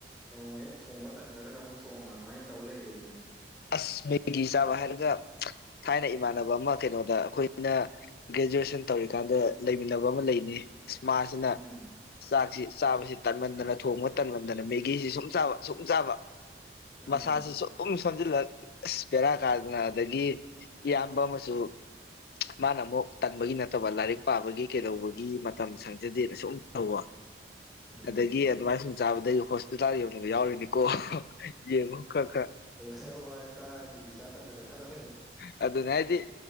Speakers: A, in the centre; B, on the left.
A: ꯅꯣꯡ ꯍꯦꯛ ꯊꯣꯡꯕ ꯇꯟꯗ꯭ꯔꯒꯅ ꯑꯃꯨꯛ ꯊꯣꯡ ꯑꯗꯨꯃꯥꯏꯅ ꯇꯧ ꯄꯨꯂꯩ ꯑꯗꯨꯅꯤ
B: ꯑꯁ ꯃꯦꯒꯤ ꯆꯥꯕ ꯍꯥꯏꯔꯒ ꯊꯥꯏꯅ ꯏꯃꯥꯟꯅꯕ ꯑꯃ ꯀꯩꯅꯣꯗ ꯑꯩꯈꯣꯏꯅ ꯒ꯭ꯔꯦꯖꯨꯑꯦꯁꯟ ꯇꯧꯔꯤꯀꯥꯟꯗ ꯂꯩꯃꯤꯟꯅꯕ ꯑꯃ ꯂꯩꯅꯤ ꯃꯥꯁꯤꯅ
A: ꯎꯝ
B: ꯆꯥꯛꯁꯤ ꯆꯥꯕꯁꯤ ꯇꯟꯃꯟꯗꯅ ꯊꯣꯡꯕ ꯇꯟꯃꯟꯗꯅ ꯃꯦꯒꯤꯁꯤ ꯁꯨꯝ ꯁꯨꯝ ꯆꯥꯕ
A: ꯎꯝ
B: ꯃꯁꯥꯖꯤ ꯁꯨꯝ ꯁꯨꯝ ꯁꯦꯟꯖꯤꯜꯂꯛ ꯑꯁ ꯕꯦꯔꯥ ꯀꯥꯗꯅ ꯑꯗꯒꯤ ꯏꯌꯥꯝꯕ ꯑꯃꯁꯨ ꯃꯥꯅ ꯑꯃꯨꯛ ꯇꯟꯕꯒꯤ ꯅꯠꯇꯕ ꯂꯥꯏꯔꯤꯛ ꯄꯥꯕꯒꯤ ꯀꯩꯗꯧꯕꯒꯤ ꯃꯇꯝ ꯁꯪꯖꯗꯦꯅ ꯁꯨꯝ ꯇꯧꯕ
A: ꯎꯝ
B: ꯑꯗꯒꯤ ꯑꯗꯨꯃꯥꯏꯅ ꯁꯨꯝ ꯆꯥꯕꯗꯩ ꯍꯣꯁꯄꯤꯇꯥꯜ ꯌꯧꯅꯕ ꯌꯥꯎꯔꯤꯅꯤꯀꯣ ꯌꯦꯡꯉꯨ ꯈꯔ ꯈꯔ
A: ꯇꯥꯎ ꯋꯥꯖꯦ ꯇꯥꯔ ꯃꯦꯒꯤ ꯆꯥ ꯇꯟꯖꯤꯜꯂꯛꯀꯗꯧꯔꯦ
B: ꯍ ꯑꯗꯨꯅ ꯍꯥꯏꯗꯤ